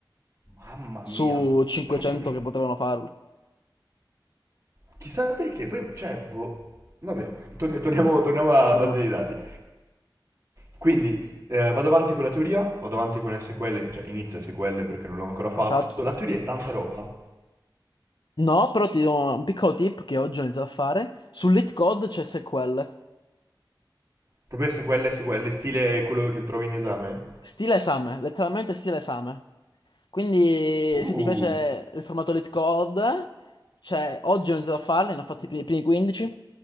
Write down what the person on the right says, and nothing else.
Mamma
mia.
<laughs>
Chissà perché, poi, cioè, boh, vabbè, tor- torniamo, torniamo alla
base dei dati. Quindi, eh, vado avanti con la teoria, vado avanti con SQL, cioè inizio SQL perché non l'ho ancora fatto.
La teoria è tanta roba,
proprio SQL, SQL, stile quello che trovi in esame.
Uh,